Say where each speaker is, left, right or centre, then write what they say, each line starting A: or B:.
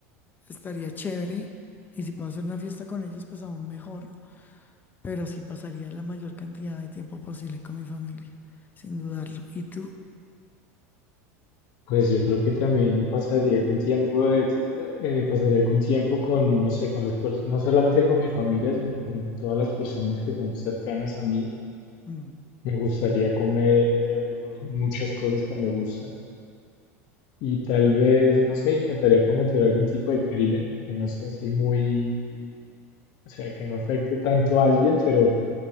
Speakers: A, on the left (about 20°); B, on the left (about 55°).
A: estaría chévere y si puedo hacer una fiesta con ellos, pues aún mejor, pero sí pasaría la mayor cantidad de tiempo posible con mi familia, sin dudarlo. ¿Y tú?
B: Pues yo creo que también pasaría algún tiempo de ti- eh, pasaría algún tiempo con, no sé, con las pers- no solamente con mi familia, sino con todas las personas que son cercanas a mí
A: Mm,
B: Me gustaría comer muchas cosas que me gustan y tal vez, no sé, intentaría cometer algún tipo de crimen que no sea así muy, o sea, que no afecte tanto a alguien, pero